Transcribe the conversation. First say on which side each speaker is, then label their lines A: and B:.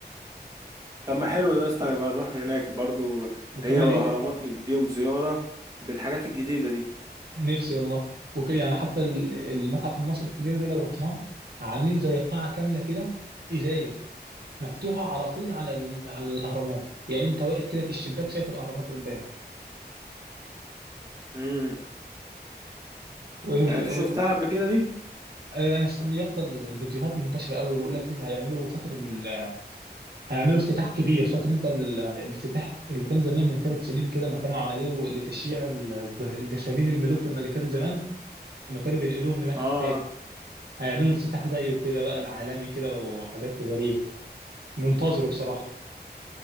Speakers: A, on the right (about 20°); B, on the right (about 65°).
A: طب ما حلو ده يا اسطى نبقى نروح هناك برضو
B: وكمان
A: هي والاهرامات
B: إيه
A: نديهم زياره بالحاجات الجديده دي
B: نفسي والله وك يعني حتى ال- المتحف المصري الكبير ده لو رحناه عاملين زي قاعة كاملة كده إزاز مفتوحة على طول على ال- على الأهرامات يعني أنت واقف كده في الشباك شايف الأهرامات قدامك
A: امم
B: اه
A: يعني انت شفتها قبل كده دي
B: آه، يا اسطى الفيديوهات منتشره قوي بيقول لك لسه هيعملوا فاكر ال... هيعملوا افتتاح كبير فاكر انت ال... الافتتاح اللي كان زمان من ثلاث سنين كده ما كانوا عملوه لتشييع الج- جسامين الملوك والملكات زمان لما كانوا بينقلوهم لمتحف
A: اه
B: تاني هيعملوا افتتاح زيه كده بقى العالمي كده وحاجات غريبه منتظره بصراحه